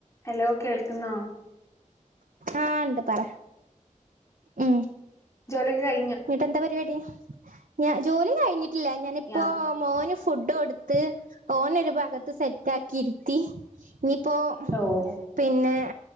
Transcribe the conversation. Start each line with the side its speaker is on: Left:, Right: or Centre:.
Left: Hello കേൾക്കുന്നോ
Right: ആഹ് ഇണ്ട് പറ ഉം
Left: ജോലിക്കെ കൈ
Right: എന്നട്ട് എന്താ പരിപാടി ഞാൻ ജോലി കഴിഞ്ഞിട്ടില്ല ഞാനിപ്പോ
Left: ഞാ
Right: മോന ഫുഡ് കൊടുത്ത് ഓനൊരു ഭാഗത്ത് സെറ്റാക്കിയിരുത്തി ഇനിയിപ്പോ
Left: ഓഹ്
Right: പിന്നെ